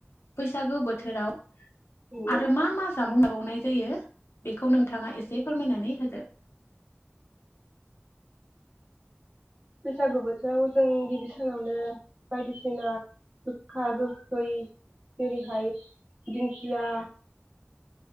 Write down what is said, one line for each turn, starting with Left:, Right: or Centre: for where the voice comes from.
Left: बैसागु बोथोराव
Right: नंगौ
Left: आरो मा मा जामुं जाबावनाय जायो बेखौ नोंथाङा एसे फोरमायनानै होदो
Right: बैसागु बोथोराव जों गिबि सानावनो बायदिसिना गोखा गोखै जेरैहाय दिंखिया